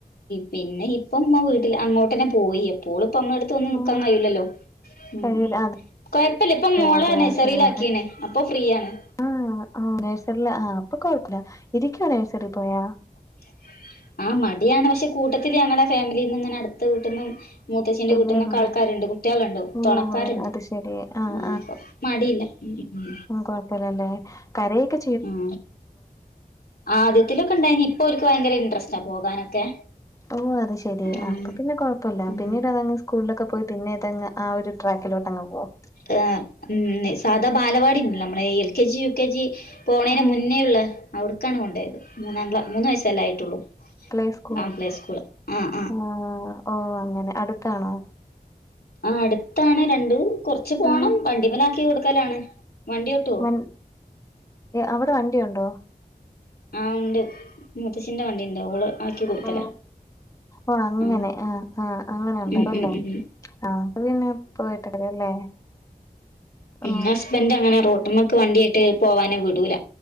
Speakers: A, on the left; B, on the left.
A: പിന്നെ ഇപ്പംമ്മ വീട്ടിൽ അങ്ങോട്ട്ന്നെ പോയി. എപ്പോളും ഇപ്പ നമ്മളടു തോന്നും നിക്കാൻ
B: ഓ
A: കഴൂലല്ലോ ഉം
B: കഴിയൂല അതെ
A: കുഴപ്പമില്ല ഇപ്പം മോള്
B: അതെ
A: നഴ്സറിയില
B: അത് ശരിയാണ്
A: ആക്കീണ് അപ്പോ ഫ്രീ ആണ്.
B: ആ ആ നഴ്സറിയില ആ അപ്പൊ കൊഴപ്പമില്ല ഇരിക്കുവ നഴ്സറിൽ പോയാ.
A: <inaudible> ആ മടിയാണ് പക്ഷെ കൂട്ടത്തില് ഞങ്ങളെ ഫാമിലിന്ന് ഇങ്ങനെ അടുത്ത വിടീന്. മൂത്തചിന്റെ
B: പിള്ളേരുണ്ട്
A: വീട്ടിൽ നിന്നൊക്കെ ആൾക്കാരുണ്ട്. കുട്ടികളുണ്ട്
B: ഓ
A: തുണക്കാരുണ്ട്
B: ഓ അത് ശെരി ആഹ്
A: ആ അപ്പ മടിയില്ല. ഉം ഉം
B: കുഴപ്പലല്ലേ കരയെക്കെ
A: ഉം ആദ്യത്തിലൊക്കെ ഇണ്ടായിന് ഇപ്പൊ ഒള്ക്ക് ഭയങ്കര ഇൻട്രസ്റ്റാ പോകാനൊക്കെ.
B: ഓഹ് അത് ശെരി
A: ഉം
B: അപ്പൊ പിന്നെ കുഴപ്പല്ലല്ല
A: ഉം
B: പിന്നീട് അതങ്ങ് സ്കൂളിലൊക്കെ പോയി. പിന്നെ ഇതങ്ങ് ആ ഒരു ട്രാക്കിലോട്ട്ങ് പോവും.
A: എ ഉം സാധാ ബാലവാടി ഉണ്ടല്ലോ നമ്മളെ L K G, U K G. പോണേന്
B: ആഹ്
A: മുന്നേ ഉള്ള അവിടുക്കാണ് കൊണ്ടയത് മൂന്നാം ക്ലാ മൂന്ന വയസല്ലേ ആയിട്ടുള്ളൂ.
B: പ്ളോ സ്കൂളോ
A: ആഹ് പ്ലേ സ്കൂള് ആഹ്
B: ആഹ് ഓ അങ്ങനെ അടുത്താണോ
A: ആഹ് അടുത്താണ് രണ്ടും കുറച്ച് പോണം
B: ഉം
A: വണ്ടിമല് ആക്കി കൊടുക്കലാണ്. വണ്ടി ഓട്ടുവോ
B: വൻ അവിടെ വണ്ടിയുണ്ടോ
A: ആഹ് ഉണ്ട് മുത്തചിന്റെവണ്ടിണ്ട് ഓള് ആക്കി കൊടുക്കല.
B: ഓ ഓ അങ്ങനെ
A: ആ
B: ആഹ് ആഹ് അങ്ങനെ ഉണ്ടാവല്ലേ
A: ഉം ഉം ഉം
B: ആ അത് പിന്നെ. <unintelligible>
A: ന്നെ
B: ഓ
A: ഹസ്ബൻഡ് അങ്ങനെ റോഡ്മ്മക്ക് വണ്ടിയട്ട് പോവാന് വിടൂല